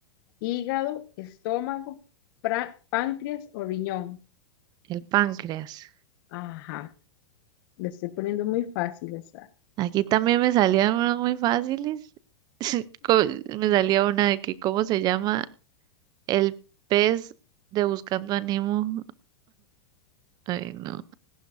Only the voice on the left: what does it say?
¿Hígado, estómago, páncreas o riñón?
Ajá, le estoy poniendo muy fácil esa.